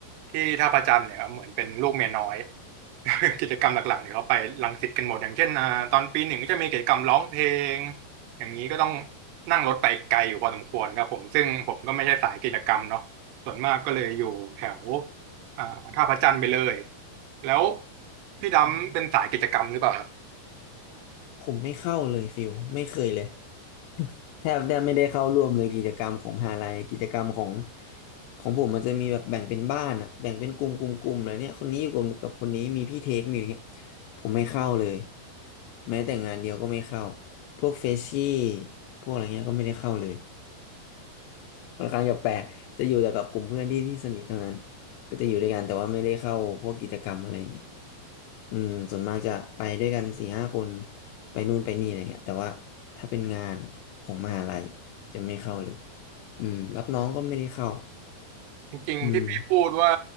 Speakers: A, on the right (about 80°); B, on the left (about 80°).
A: ที่ท่าพระจันทร์เนี่ยครับเหมือนเป็นลูกเมียน้อย <laughs> กิจกรรมหลักๆเนี่ยเขาไปรังสิตกันหมดอย่างเช่นอ่าตอนปีหนึ่งก็จะมีกิจกรรมร้องเพลงอย่างนี้ก็ต้องนั่งรถไปไกลอยู่พอสมควรครับผมซึ่งผมก็ไม่ใช่สายกิจกรรมเนาะส่วนมากก็เลยอยู่แถว อ่าท่าพระจันทร์ไปเลยแล้วพี่ดำเป็นสายกิจกรรมหรือเปล่าครับ
B: ผมไม่เข้าเลยฟิลไม่เคยเลย <laughs> แทบแทบไม่ได้เข้าร่วมเลยกิจกรรมของมหาลัยกิจกรรมของของผมมันจะมีแบบแบ่งเป็นบ้านอะแบ่งเป็นกลุ่มกลุ่มกลุ่มอะไรเนี่ยคนนี้อยู่กลุ่มกับคนนี้มีพี่เทคมีอะไรเงี้ยผมไม่เข้าเลยแม้แต่งานเดียวก็ไม่เข้าพวกเฟชชี่พวกอะไรเงี้ยก็ไม่ได้เข้าเลย <laughs> ค่อนข้างจะแปลกจะอยู่แต่กับกลุ่มเพื่อนที่ที่สนิทเท่านั้นก็จะอยู่ด้วยกันแต่ว่าไม่ได้เข้าพวกกิจกรรมอะไรอย่างงี้อืมส่วนมากจะไปด้วยกันสี่ห้าคนไปนู่นไปนี่อะไรเงี้ยแต่ว่าถ้าเป็นงานของมหาลัยจะไม่เข้าเลยอืมรับน้องก็ไม่ได้เข้า
A: จริงๆที่พี่พูดว่า
B: อืม